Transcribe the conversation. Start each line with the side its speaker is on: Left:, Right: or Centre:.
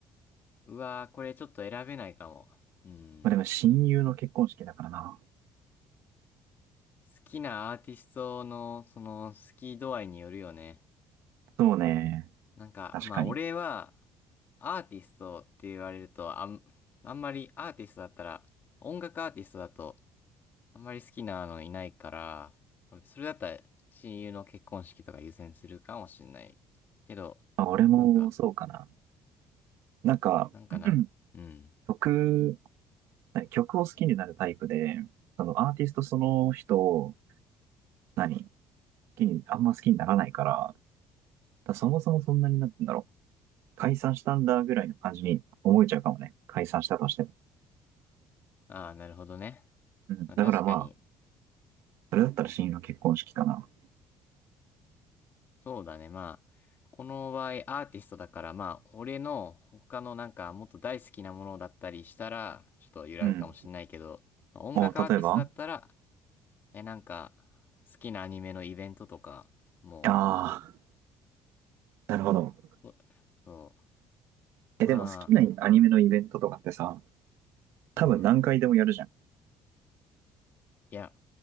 Left: ー。うわー、これちょっと選べないかも。うん。
Right: まあ、でも親友の結婚式だからな。
Left: 好きなアーティストの、その、好き度合いによるよね。
Right: そうね。
Left: なんか、
Right: 確かに。
Left: まあ、俺は、アーティストって言われると、あん、あんまりアーティストだったら、音楽アーティストだと、あんまり好きなのいないから、それだったら、親友の結婚式とか優先するかもしんない。けど、
Right: まあ、俺もそうかな。
Left: なんか、
Right: なんか、
Left: なんかな、
Right: <clears throat>
Left: うん。
Right: 曲、何曲を好きになるタイプで、そのアーティストその人を、何好きに、あんま好きにならないから、だそもそもそんなになってんだろう。解散したんだぐらいの感じに思えちゃうかもね。解散したとしても。
Left: ああ、なるほどね。
Right: うん。
Left: まあ確かに、
Right: だからまあ、それだったら親友の結婚式かな。
Left: そうだね。まあ、この場合アーティストだから、まあ、俺の他のなんかもっと大好きなものだったりしたら、ちょっと揺らぐかもしんないけど、
Right: うん。
Left: まあ音楽アーティストだったら、
Right: お、例えば
Left: え、なんか、好きなアニメのイベントとか、も
Right: ああ、なるほど。
Left: う、そそ
Right: え、
Left: う、まあ、
Right: でも好きなアニメのイベントとかってさ、多分何回でもやるじゃん。
Left: うん。いや、